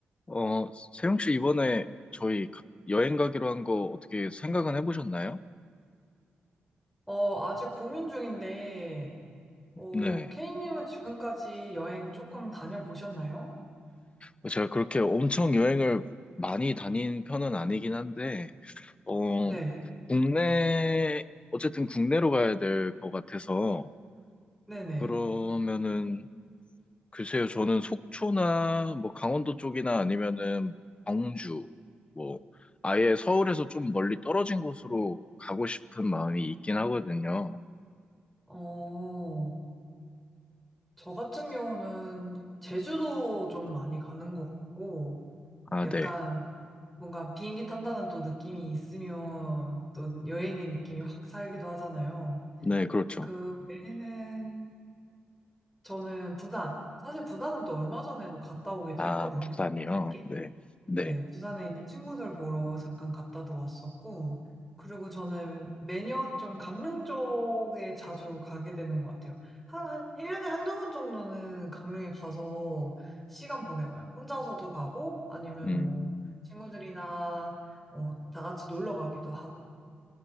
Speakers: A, on the left; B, in the centre.
A: 어, 세용 씨 이번에 저희 가- 여행 가기로 한 거 어떻게 생각은 해보셨나요?
B: 어, 아직 고민 중인데, 어,
A: 네.
B: 케이님은 지금까지 여행 조금 다녀보셨나요?
A: 어, 제가 그렇게 엄청 여행을 많이 다닌 편은 아니긴 한데, 어,
B: 네,
A: 국내, 어쨌든 국내로 가야 될 것 같아서,
B: 네네.
A: 그러면은, 글쎄요, 저는 속초나 뭐 강원도 쪽이나 아니면은 광주, 뭐, 아예 서울에서 좀 멀리 떨어진 곳으로 가고 싶은 마음이 있긴 하거든요.
B: 어, 저 같은 경우는 제주도 좀 많이 가는 것 같고,
A: 아,
B: 약간
A: 네.
B: 뭔가 비행기 탄다는 또 느낌이 있으면 또 여행의 느낌이 확 살기도 하잖아요.
A: 네, 그렇죠.
B: 그 외에는 저는 부산, 사실 부산은 또 얼마 전에도 갔다 오기도
A: 아,
B: 했거든요.
A: 부산이요?
B: 짧게?
A: 네. 네.
B: 네, 부산에 있는 친구들 보러 잠깐 갔다도 왔었고, 그리고 저는 매년 좀 강릉 쪽에 자주 가게 되는 것 같아요. 한, 한 1년에 한 두 번 정도는 강릉에 가서 시간 보내와요. 혼자서도 가고, 아니면
A: 음,
B: 뭐, 친구들이나, 어, 다 같이 놀러 가기도 하고.